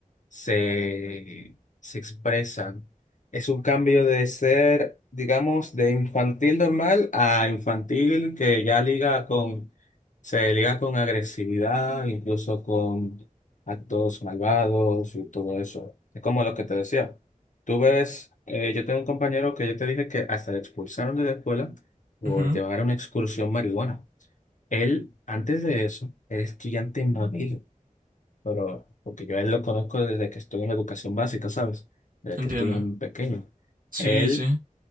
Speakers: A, on the left; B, on the right.
A: se, se expresan. Es un cambio de ser, digamos, de infantil normal a infantil que ya liga con, se liga con agresividad, incluso con actos malvados y todo eso. Es como lo que te decía. Tú ves, eh, yo tengo un compañero que yo te dije que hasta le expulsaron de la escuela por
B: Ujú,
A: llevar a una excursión marihuana. Él, antes de eso, era estudiante modelo pero porque yo a él lo conozco desde que estoy en educación básica, ¿sabes? Desde
B: entiendo.
A: que estoy en pequeño.
B: Sí,
A: Él,
B: sí.